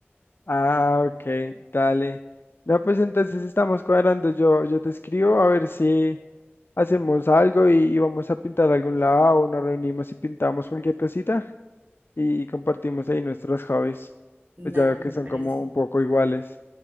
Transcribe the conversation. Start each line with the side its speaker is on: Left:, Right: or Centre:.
Left: Ah, ok, dale. No, pues entonces estamos cuadrando. Yo, yo te escribo a ver si hacemos algo y, y vamos a pintar a algún lado o nos reunimos y pintamos cualquier cosita. y compartimos ahí nuestros hobbies,
Right: dale,
Left: pues ya que
Right: me
Left: son
Right: parece.
Left: como un poco iguales.